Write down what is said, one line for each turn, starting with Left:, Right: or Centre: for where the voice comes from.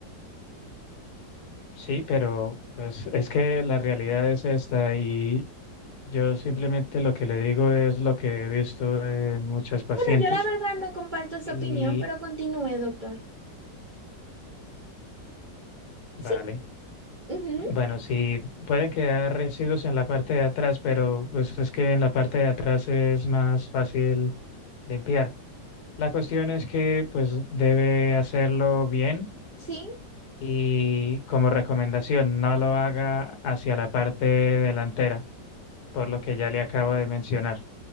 Left: Sí, pero pues es que la realidad es esta y yo simplemente lo que le digo es lo que he visto en muchas pacientes
Right: Bueno, yo la verdad no comparto su
Left: y
Right: opinión, pero continúe, doctor. Sí,
Left: vale.
Right: ujú,
Left: Bueno, sí, pueden quedar residuos en la parte de atrás, pero pues es que en la parte de atrás es más fácil limpiar. La cuestión es que pues debe hacerlo bien
Right: sí,
Left: y como recomendación, no lo haga hacia la parte delantera, por lo que ya le acabo de mencionar.